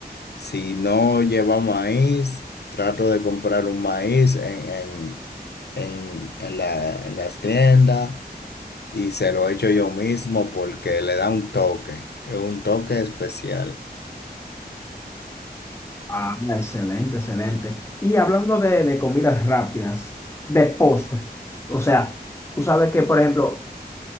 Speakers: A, on the left (about 80°); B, on the left (about 15°).
A: Si no lleva maíz, trato de comprar un maíz en, en, en, en la- en las tiendas y se lo echo yo mismo porque le da un toque, es un toque especial.
B: Ah, excelente, excelente. Y hablando de, de comidas rápidas, de postre, o sea, tú sabes que, por ejemplo,